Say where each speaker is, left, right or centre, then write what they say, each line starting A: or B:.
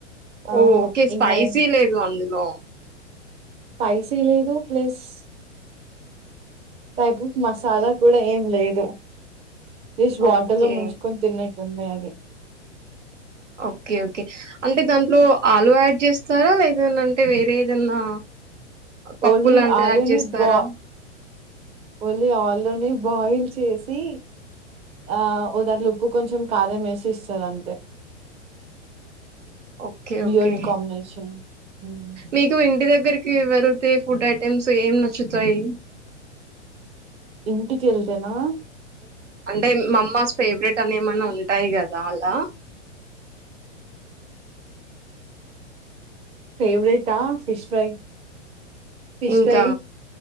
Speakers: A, on the right (about 15°); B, on the right (about 85°).
A: ఆ
B: ఓ ఓకే స్పైసీ
A: ఇంకా
B: లేదు అందులో
A: స్పైసీ లేదు ప్లస్ టైపుతి మసాలా కూడా ఏం లేదు జస్ట్ వాటర్లో
B: ఓకే
A: ముంచుకొని తిన్న తొంబై అది
B: ఓకే ఓకే అంటే దాంట్లో ఆలు యాడ్ చేస్తారా లేద అంటే వేరే ఏదన్నా పప్పు
A: ఓన్లీ
B: లాంటిది
A: ఆలుని
B: యాడ్ చేస్తారా
A: బా ఓన్లీ ఆలు నీ బాయిల్ చేసి ఆ దాంట్లో ఉప్పు కొంచెం కారం వేసి ఇస్తారు అంతే
B: ఓకే
A: వియర్డ్
B: ఓకే
A: కాంబినేషన్ హ్మ్.
B: మీకు ఇంటి దగ్గరికి వెల్ తే ఫుడ్ ఐటెమ్స్ ఏం నచ్చుతాయి
A: ఇంటికి వెళ్తేనా
B: అంటే మా అమ్మా ఫేవరెట్ అని ఏమన్నా ఉంటా టాయి కదా అలా
A: ఫేవరెట్ ఆ ఫిష్ ఫ్రై ఫిష్
B: ఇంకా
A: ఫ్రై